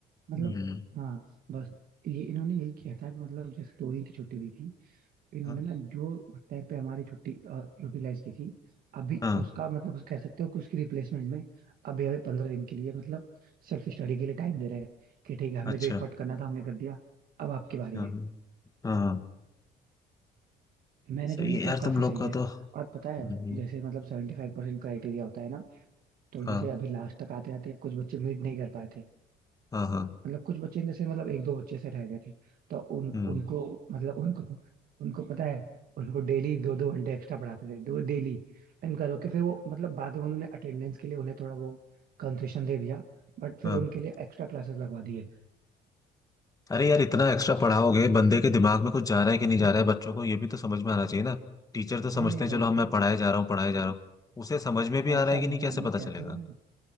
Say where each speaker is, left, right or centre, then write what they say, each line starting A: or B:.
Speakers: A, on the right; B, on the left.
A: मतलब
B: हम्म।
A: हाँ बस ये इन्होंने यही किया था कि मतलब जैसे दो दिन की छुट्टी दी थी इन्होंने
B: हाँ
A: ना जो उस टाइम पे हमारी छुट्टी यूटिलाइज की थी अभी
B: हाँ
A: उसका मतलब उस कह सकते हो कि उसकी रिप्लेसमेंट में अभी हमें पंद्रह दिन के लिए मतलब सेल्फ स्टडी के लिए टाइम दे रहे हैं कि ठीक है हमें
B: अच्छा
A: जो एफर्ट करना था हमने कर दिया अब आपकी बारी
B: हाँ
A: है
B: हाँ हाँ,
A: मैनेजमेंट
B: सही है
A: मतलब
B: यार
A: काफी
B: तुम लोग
A: सही
B: का
A: है
B: तो
A: और पता
B: हम्म,
A: है जैसे मतलब सेवेंटी फाइव परसेंट क्राइटेरिया होता है ना तो
B: हाँ
A: जैसे अभी लास्ट तक आते आते कुछ बच्चे मीट नहीं कर पाए थे
B: हाँ हाँ
A: मतलब कुछ बच्चे जैसे मतलब एक दो बच्चे से रह गए थे तो उन
B: हम्म,
A: उनको मतलब उनको उनको पता है उनको डेली दो दो घंटे एक्स्ट्रा पढ़ाते थे दो डेली इनका रोके फिर वो मतलब बाद में उन्होंने अटेंडेंस के लिए उन्हें थोड़ा वो कंसेशन दे दिया बट फिर
B: हाँ
A: उनके लिए एक्स्ट्रा क्लासेस लगवा दिए
B: अरे यार इतना एक्स्ट्रा पढ़ाओगे बंदे के दिमाग में कुछ जा रहा है कि नहीं जा रहा है बच्चों को ये भी तो समझ में आना चाहिए ना टीचर तो समझते
A: नहीं नहीं
B: हैं
A: भाई
B: चलो हम
A: देखो
B: मैं पढ़ाए जा रहा हूँ पढ़ाए जा रहा हूँ उसे समझ में भी
A: ऐसा
B: आ रहा है कि
A: नहीं
B: नहीं
A: है
B: कैसे
A: मैं
B: पता
A: कह
B: चलेगा
A: तो रहा हूँ